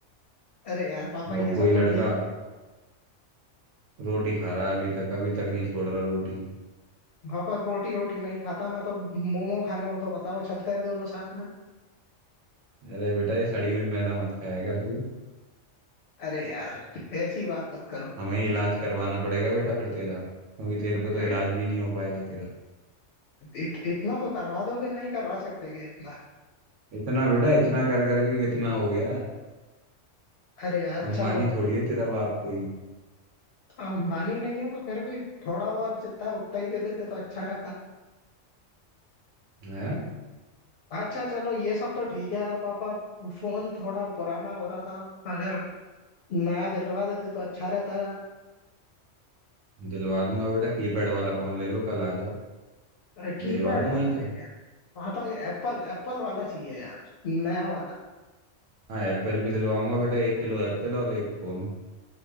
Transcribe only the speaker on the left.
अरे यार पापा ये
सब
तो ठीक
पापा रोटी वोटी नहीं खाता मैं तो मोमो खाने हो तो बताओ चलते हैं दोनों साथ में
अरे यार ऐसी बात मत करो
राइट
इत, इतना तो करवा दोगे नहीं करवा सकते क्या इतना
अरे यार
चलो
अंबानी नहीं है तो फिर भी थोड़ा बहुत जितना है उतना ही दे देते तो अच्छा रहता
अच्छा चलो ये सब तो ठीक है यार पापा फोन थोड़ा पुराना हो रहा था अगर नया दिलवा देते तो अच्छा रहता
यार कीपैड
वाला
नहीं है पापा ये एप्पल एप्पल वाला चाहिए यार नया वाला